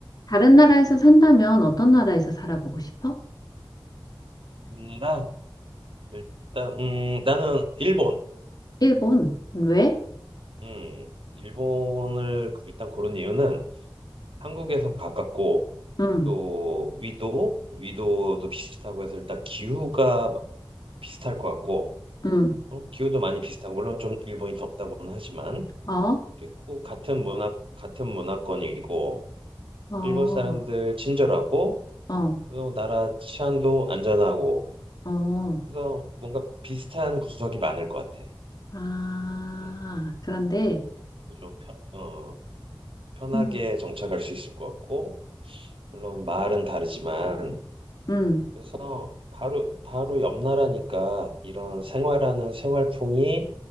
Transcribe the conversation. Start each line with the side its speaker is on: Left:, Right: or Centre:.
Left: 다른 나라에서 산다면 어떤 나라에서 살아보고 싶어?
Right: 맨날 일단 음 나는 일본
Left: 일본? 왜?
Right: 음 일본을 그 일단 고른 이유는 한국에서 가깝고
Left: 응,
Right: 또 위도 위도도 비슷하고 해서 일단 기후가 막 비슷할 것 같고
Left: 응.
Right: 어, 기후도 많이 비슷하고 물론 좀 일본이 덥다고는 하지만
Left: 어,
Right: 그리고 같은 문화 같은 문화권이고
Left: 어,
Right: 일본 사람들 친절하고
Left: 어,
Right: 그리고 나라 치안도 안전하고
Left: 어.
Right: 그래서 뭔가 비슷한 구석이 많을 것 같아.
Left: 아,
Right: 음,
Left: 그런데,
Right: 그래서 좀 편, 어 편하게
Left: 음,
Right: 정착할 수 있을 것 같고, 물론 마을은 다르지만,
Left: 음,
Right: 그래서 바로, 바로 옆 나라니까 이런 생활하는 생활풍이